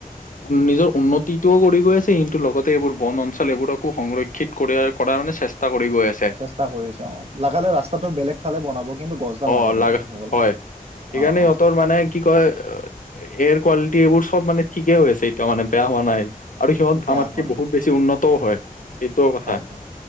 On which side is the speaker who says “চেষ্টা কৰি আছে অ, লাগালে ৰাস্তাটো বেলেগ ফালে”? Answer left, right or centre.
Right